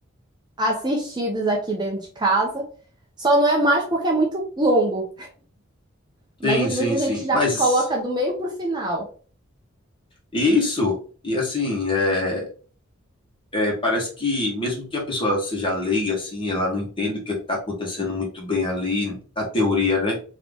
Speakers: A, on the right (about 20°); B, on the left (about 25°).
A: assistidos aqui dentro de casa. Só não é mais porque é muito longo. Mas
B: Sim,
A: às
B: sim,
A: vezes a gente
B: sim.
A: já
B: Mas.
A: coloca do meio pro final.
B: Isso, e assim, é, é, parece que mesmo que a pessoa seja leiga, assim, ela não entende o que está acontecendo muito bem ali, na teoria, né?